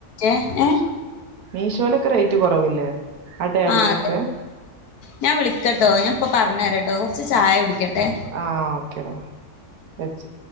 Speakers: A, on the left (about 80°); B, on the right (about 75°).
A: ഏഹ്‌ ഏഹ്
B: മീശോലൊക്കെ റൈറ്റ് കൊറവില്ലേ ആഹ്‌ ടേബിൾനൊക്കെ
A: ആ അതെ ഞാൻ വിളിക്കട്ടോ ഞാൻ ഇപ്പം പറഞ്ഞരട്ടോ കൊറച്ച് ചായ കുടിക്കട്ടെ
B: ആഹ്‌ ഓക്കെടാ വെച്ച്